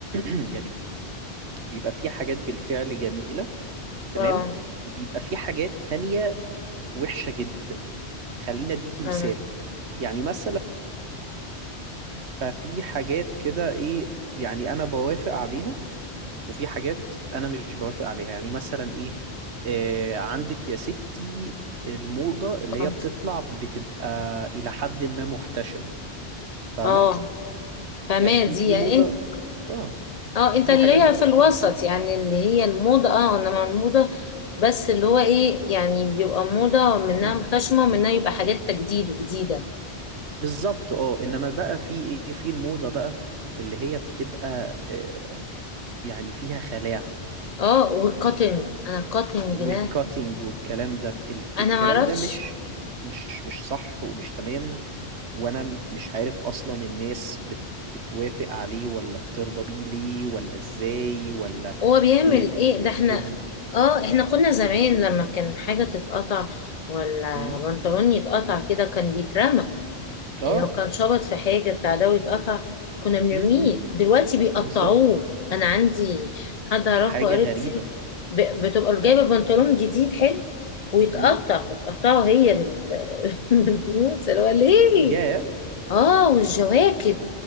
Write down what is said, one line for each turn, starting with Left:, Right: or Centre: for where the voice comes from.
Right: <clears throat> يعني بيبقى في حاجات بالفعل جميلة تمام
Left: آه
Right: وبيبقى في حاجات تانية وحشة جدا خلينا اديكي
Left: فاهمة.
Right: مثال يعني مثلا ففي حاجات كده ايه يعني انا بوافق عليها وفي حاجات انا مش بوافق عليها يعني مثلا ايه آه عندك يا ستي الموضة اللي
Left: آه
Right: هي بتطلع بتبقى الى حد ما محتشمة فاهمة
Left: آه فاهمة
Right: يعني في
Left: دي
Right: في
Left: يعني
Right: موضة اه
Left: اه
Right: في
Left: انت اللي
Right: حاجات بتطلع
Left: هي في الوسط
Right: محتشمة
Left: يعني اللي هي الموضة اه انا مع الموضة بس اللي هو ايه يعني بيبقى موضة منها
Right: مم.
Left: محتشمة ومنها يبقى حاجات تجديد وجديدة
Right: بالظبط اه انما بقى في ايه في الموضة بقى اللي هي بتبقى آه يعني فيها خلاعة
Left: اه والكاتنج انا الكاتنج
Right: والكاتينج
Left: ده
Right: والكلام ده ال-
Left: انا
Right: الكلام
Left: معرفش
Right: ده مش مش مش صح ومش تمام وانا م- مش عارف اصلا الناس بت بتوافق عليه ولا بترضى بيه ليه ولا ازاي ولا
Left: هو بيعمل
Right: ايه فكرتهم
Left: ايه ده احنا اه احنا كنا زمان لما كان حاجة تتقطع ولا
Right: امم
Left: بنطلون يتقطع كده كان بيترمى
Right: اه
Left: يعني لو كان شبط في حاجة بتاع ده ويتقطع كنا بنرميه
Right: امم أمم، أمم.
Left: دلوقتي
Right: إمم.
Left: بيقطعوه
Right: بالظبط
Left: أنا عندي حد أعرفه
Right: حاجة
Left: قريبتي
Right: غريبة
Left: ب- بتبقى جايبة بنطلون جديد حلو ويتقطع
Right: امم
Left: وتقطعه هي بال <laughs> بالنص اللي هو ليه؟
Right: يا
Left: اه والجواكت